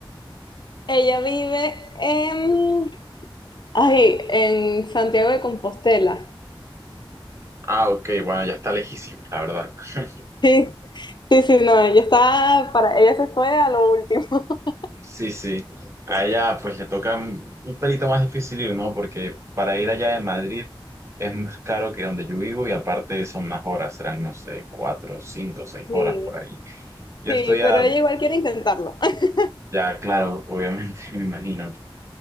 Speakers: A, on the left (about 55°); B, on the right (about 30°).
A: Ella vive en, ay, en Santiago de Compostela.
B: Ah, ok, bueno, ya está lejísimo, la verdad. <laughs>
A: Sí, sí, sí, no, ella está para, ella se fue a lo último. <laughs>
B: Sí, sí. A ella pues le toca un un pelito más difícil ir, ¿no? Porque para ir allá de Madrid es más caro que donde yo vivo y aparte son más horas, serán, no sé, cuatro, cinco, seis
A: Sí,
B: horas por ahí. Yo
A: sí,
B: estoy a,
A: pero ella igual quiere intentarlo. <laughs>
B: ya, claro, obviamente, <laughs> me imagino,